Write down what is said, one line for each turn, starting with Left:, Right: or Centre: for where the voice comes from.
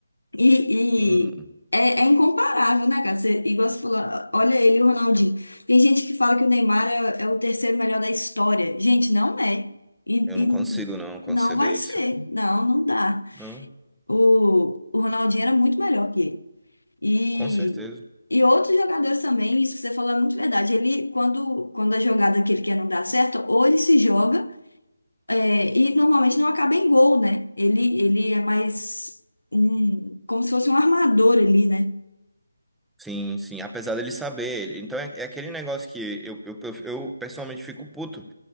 Left: E,
Centre: Sim,
Left: e é, é incomparável, né, cara? Você, igual você falou, olha ele e o Ronaldinho. Tem gente que fala que o Neymar é, é o terceiro melhor da história. Gente, não é. E,
Centre: eu não
Left: e
Centre: consigo não conceber
Left: não vai ser.
Centre: isso.
Left: Não, não dá.
Centre: Não,
Left: O, o Ronaldinho era muito melhor que ele. E,
Centre: com certeza.
Left: e outros jogadores também, isso que você falou é muito verdade. Ele, quando, quando a jogada que ele quer não dá certo, ou ele se joga. É, e normalmente não acaba em gol, né? Ele, ele é mais um, como se fosse um armador ali, né?
Centre: Sim, sim, apesar dele saber. Ele, então é, é aquele negócio que eu, eu, eu, eu, pessoalmente fico puto.